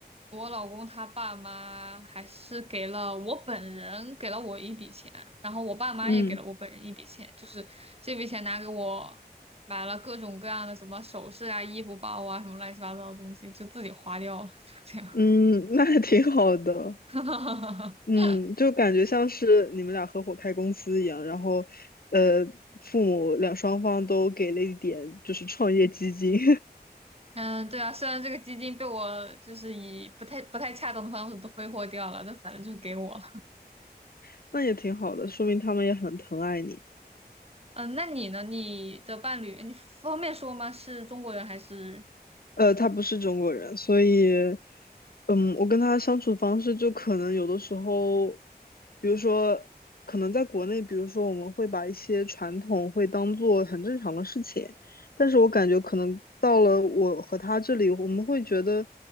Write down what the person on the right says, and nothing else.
我老公他爸妈还是给了我本人给了我一笔钱，然后我爸妈也给了我本人一笔钱，
就是这笔钱拿给我买了各种各样的什么首饰啊、衣服、包啊什么乱七八糟的东西，就自己花掉了，就这样。
<laughs>
嗯，对啊，虽然这个基金被我就是以不太不太恰当的方式都挥霍掉了，但反正就是给我了。
嗯，那你呢？你的伴侣，你方便说吗？是中国人还是